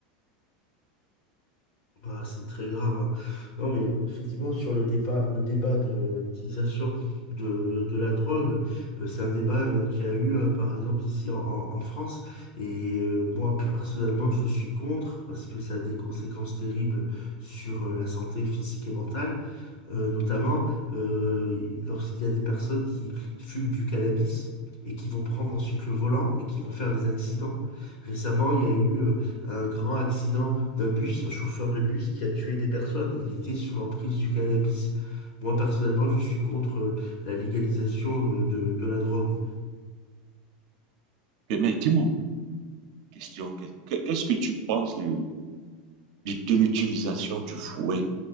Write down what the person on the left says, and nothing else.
Bah, c'est très grave. hein. Non, mais effectivement, sur le débat, le débat de l'utilisation de, de la drogue, euh, c'est un débat euh, qui a eu, euh, par exemple, ici en, en- en France. Et euh, moi, personnellement, je suis contre parce que ça a des conséquences terribles sur euh, la santé physique et mentale. Euh, notamment euh, lorsqu'il y a des personnes qui fument du cannabis et qui vont prendre ensuite le volant et qui vont faire des accidents. Récemment, il y a eu euh, un grand accident d'un bus, un chauffeur de bus qui a tué des personnes. Il était sous l'emprise du cannabis. Moi, personnellement, je suis contre euh, la légalisation euh, de, de la drogue.